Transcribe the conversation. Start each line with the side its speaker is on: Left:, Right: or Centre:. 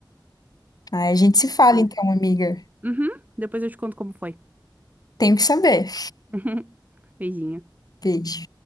Left: Aí a gente se fala
Right: olha.
Left: então, amiga.
Right: Uhum, depois eu te conto como foi.
Left: Tenho que saber.
Right: <laughs> Beijinho.
Left: Beijo.